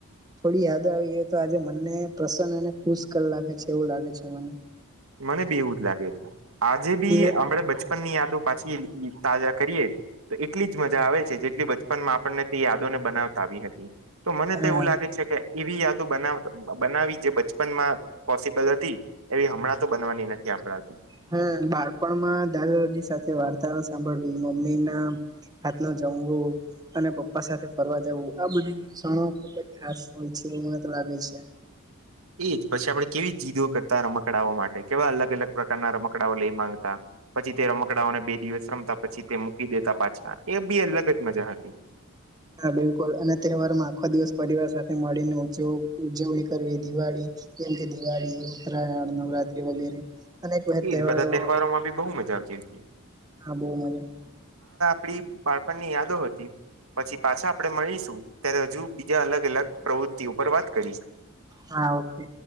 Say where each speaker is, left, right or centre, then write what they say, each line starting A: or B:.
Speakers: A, on the right; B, on the right.
A: થોડી યાદ આવી તો આજે મનને પ્રસન્ન અને ખુશ કર લાખે છે એવું લાગે છે મને
B: મને બી એવું જ લાગે. આજે બી
A: ને
B: હમણાં બચ પણની યાદૉ પાછી તાજા કરીએ. એટલી જ મજા આવે છે જેટલી બચપનમાં આપણને તે યાદોને બનાવતા આવી હતી. તો મને તો
A: હા
B: એવું લાગે છે કે એવી યાદો બનાવ બનાવી જે બચપનમાં પોસિબલ હતી એવી હમણાં તો બનવાની નથી આપડાથી.
A: હમ્મ, બાળપણમાં દાદા દાદી સાથે વાર્તાઓ સાંભળવી, મમ્મીના હાથનો જ જમવું અને પપ્પા સાથે ફરવા જવું. આ બધી ક્ષણો ખુબ જ ખાસ હોય છે મને તો લા લે છે.
B: પછી, આપણે કેવી જીદો કરતા રમકડાઓ માટે કેવા અલગ અલગ પ્રકારના રમકડાઓ લઈ માંગતા પ પછી તે રમકડાવાને બે દિવસ રમતા પછી તે મૂકી દેતા પાછા એ બી અલગ જ મજા હતી.
A: હા, બિલકુલ અને તહેવાર માં આખો દિવસ પરિવાર સાથે મળીને ઉજવણી કરવી દિવાળી જેમ કે દિવાળી ઉત્તરાયણ, નવરાત્રી વગેરે અનેક
B: એ
A: તહેવારો
B: જ બધા તહેવારોમા, બી બહુ મજા આવતી. હતી
A: હા, બહુ મજામા
B: આપણી બાળપણની યાદો હતી. પછી, પાછા આપણે મળીશું ત્યારે હજુ બીજા અલગ અલગ પ્રવૃતિ તે ઉપર વાત કરીશું.
A: હા ઓકે